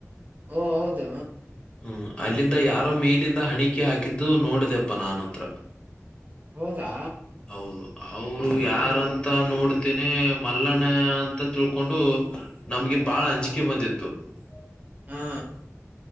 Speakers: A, on the right; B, on the left.
A: ಓ
B: ಹ
A: ಹೌದು
B: <inaudible> ಹ್ಮ್, ಅಲ್ಲಿಂದ ಯಾರೋ ಮೇಲಿಂದ ಹಣಿಕೆ ಹಾಕಿದ್ದು ನೋಡಿದೆಪ್ಪಾ ನಾನ ಅಂತ್ರ.
A: ಹೌದಾ,
B: ಹೌದು, ಅವರು ಯಾರಂತ
A: ಹ್ಮ್
B: ನೋಡ್ತೇನೆ ಮಲ್ಲಣ್ಣ ಅಂತ ತಿಳ್ಕೊಂಡು ನಮ್ಗೆ ಬಾಳ ಅಂಜಿಕೆ ಬಂದಿತ್ತು. ಹ್ಮ್
A: ಹಾ
B: <inaudible>